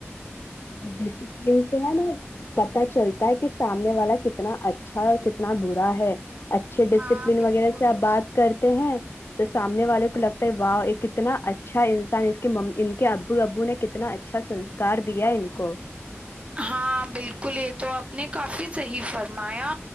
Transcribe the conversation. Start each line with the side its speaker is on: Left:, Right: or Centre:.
Left: اور ڈسپل سے ہے نا پتا چلتا ہے کہ سامنے والا کتنا اچھا اور کتنا برا ہے اچھے ڈسپلن
Right: ہاں بالکل
Left: وغیرہ سے آپ بات کرتے ہیں تو سامنے والے کو لگ واہؤ یہ کتنا اچھا اچھا انسان اس کے کہ ابو ابو نے کتنا اچھا سنکار دیا ان کو
Right: ہاں بالکل یہ تو آپ نے کافی صحیح فرمایا